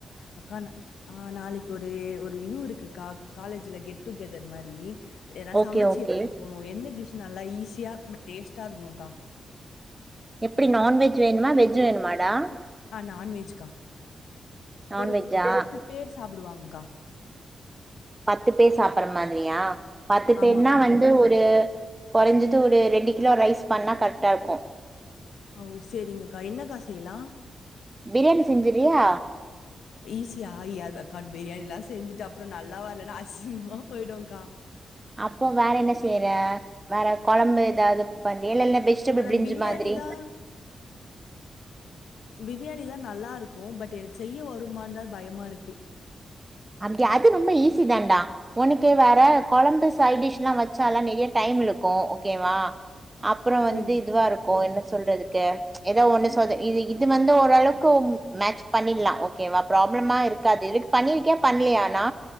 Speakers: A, on the left; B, on the right.
A: அக்கா ந ஆ நாளைக்கு ஒரு ஒரு இது இருக்குக்கா காலேஜ்ல கெட் டுகெதர் மாரி எத்னா
B: ஓகே
A: சமச்சு
B: ஓகே
A: எடுத்துட்டு போணூ என்ன டிஷ் நல்லா ஈ சியா பட் டேஸ்டா இருக்ணூங்க்கா
B: எப்டி நான்வெஜ் வேணுமா வெஜ் வேணுமாடா
A: ஆ நான்வெஜ்கா
B: நான்வெஜ்ஜா
A: ஒரு பத்து பேர் சாப்டுவாங்க்கா
B: பத்து பேர் சாப்பற மாத்ரியா பத்து
A: ஆமாக்கா.
B: பேர்னா வந்து ஒரு கொறஞ்சிட்டு ஒரு ரெண்டு கிலோ ரைஸ் பண்ணா கர்ட்டாருக்கூ
A: ஓ செரிங்கக்கா என்னக்கா செய்யலா
B: பிரியாணி செஞ்சுறியா
A: ஈசியா ஐ அத் கண் பிரியாணி எல்லா செஞ்சுட்டு அப்றோ நல்லா வர்லனா அசிங்கமா போய்டூங்கா
B: அப்போ வேற என்ன செய்றே வேற கொழம்பு ஏதாவ்து பண் வேணூனா பெஜ்டபிள்
A: ஆனா
B: பிரிஞ்
A: பிரியாணி
B: மாத்ரி
A: தான் பிரியாணி தா நல்லாருக்கூ பட் எனக்கு செய்ய வருமாந்தா பயமாருக்கு
B: அப்டி அது ரொம்ப ஈஸி தான்டா உனக்கு வேற கொழம்பு சைடிஷ்லா வச்சா நறைய டைம் எடுக்கூ ஓகேவா அப்றோ
A: சரிங்கக்கா.
B: வந்து இதுவாருக்கூ என்ன சொல்றதுக்கு ஏதோ ஒன்னு சோது இது இது வந்து ஓரளவுக்கு மேட்ச் பண்ணிட்லா ஓகேவா ப்ராப்ளமா இருக்காது இது பண்ணிருக்கியா பண்ணலியானா